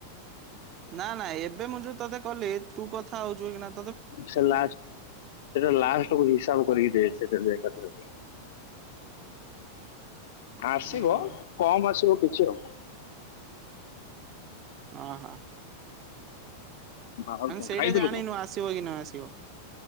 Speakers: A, on the right (about 35°); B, on the left (about 55°).
A: ନା ନା ଏବେ ମୁଁ ଯୋଉ ତତେ କଲି ତୁ କଥା ହଉଚୁ ଏଇକିନା
B: ସେ ଲାଷ୍ଟ ସେଟା ଲାଷ୍ଟକୁ ହିସାବ କରିକି ଦେବେ ସେ ଏକାଥେରେ।
A: <inaudible>
B: ଆସିବ
A: ହୁଁ ହୁଁ
B: କମ୍ ଆସିବ କିଛି ଆଉ।
A: ଅ ହ।
B: ଆଉ
A: ମାନେ
B: କଣ
A: ସେଇଟା
B: ଖାଇଥିଲୁ
A: ଜାଣିନୁ
B: କଣ?
A: ଆସିବ କି ନ ଆସିବ?